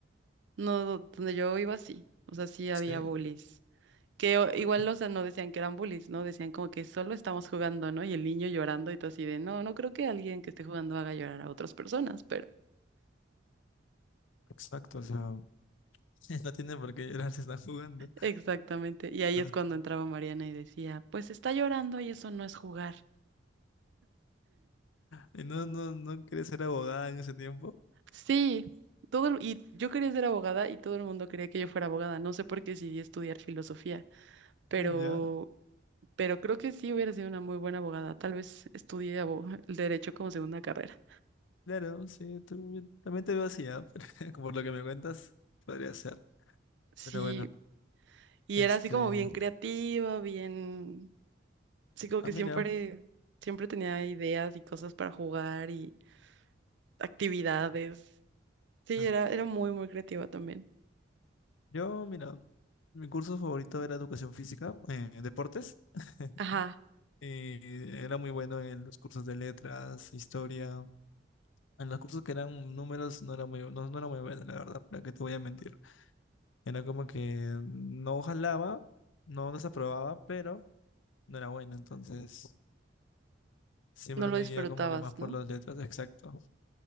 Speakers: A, on the right; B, on the left.
A: No, donde yo iba sí. O sea, sí había
B: Sí,
A: bullies. Que o- igual,
B: ah,
A: o sea, no decían que eran bullies, ¿no? Decían como que solo estamos jugando, ¿no? Y el niño llorando y todo así de, no, no creo que alguien que esté jugando haga llorar a otras personas,
B: exacto, o sea, <laughs> no tienen por qué llorar si están jugando.
A: Exactamente. Y ahí
B: Ah,
A: es cuando entraba Mariana y decía, pues está llorando y eso no es jugar.
B: Y no, no, no quieres ser abogada en ese tiempo.
A: Sí, todo el- y yo quería ser abogada y todo el mundo quería que yo fuera abogada. No sé por qué decidí estudiar filosofía, pero,
B: Ah, Ya,
A: pero creo que sí hubiera sido una muy buena abogada. Tal vez estudié abo- <laughs> el derecho como segunda carrera.
B: claro, sí, tú- yo también te veo así, ah, <laughs> pero Por lo que me cuentas, podría ser.
A: Sí,
B: Pero bueno,
A: y
B: este,
A: era así como bien creativa, bien, sí, como que
B: ah, mira,
A: siempre, siempre tenía ideas y cosas para jugar y actividades. Sí,
B: ajá.
A: era, era muy, muy creativa también.
B: yo, mira, mi curso favorito era educación física, eh, deportes. <laughs>
A: Ajá.
B: Y era muy bueno en los cursos de letras, historia. En los cursos que eran números no era muy, no, no era muy buena, la verdad, para qué te voy a mentir. Era como que no jalaba, no desaprobaba, pero no era buena, entonces siempre
A: No lo
B: me
A: disfrutabas,
B: guía como que más por
A: ¿no?
B: las letras, exacto.